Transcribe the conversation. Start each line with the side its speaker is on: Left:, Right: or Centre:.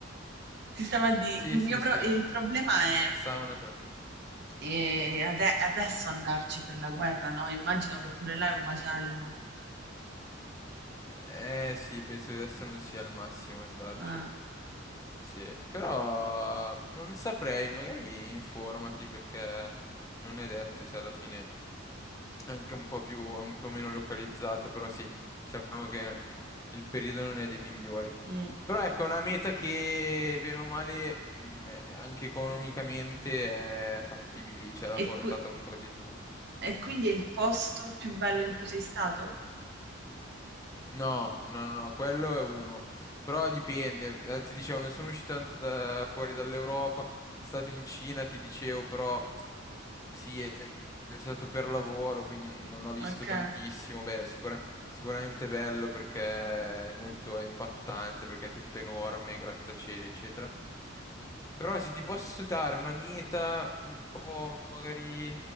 Right: Ti stavo a dire,
Left: Sì,
Right: il
Left: sì,
Right: mio pro-
Left: sì. Eh,
Right: il problema è,
Left: Sauna però.
Right: è ade- adesso andarci per la guerra, no? Immagino che pure là è un macello.
Left: Eh sì, penso che adesso non sia il massimo andarci.
Right: Ah,
Left: Sì, però non saprei, magari informati perché non è detto se alla fine... anche un po' più, un po' meno localizzata, però sì, diciamo che il periodo non è dei migliori.
Right: mm.
Left: Però ecco, è una meta che, bene o male, mh, è- anche economicamente è fattibile, cioè alla
Right: E
Left: portata
Right: qui.
Left: un po' di tutti.
Right: E quindi è il posto più bello in cui sei stato?
Left: No, no, no, no, quello è uno. Però dipende. eh, ti dicevo, non sono uscito tanto da- fuori dall'Europa. Stato in Cina, ti dicevo, però sì, è, è stato per lavoro, quindi non ho visto
Right: Ok,
Left: tantissimo. Beh, sicura- sicuramente è bello perché è molto, è impattante, perché è tutto enorme, grattacieli, eccetera. Però se ti posso dare una meta un po' magari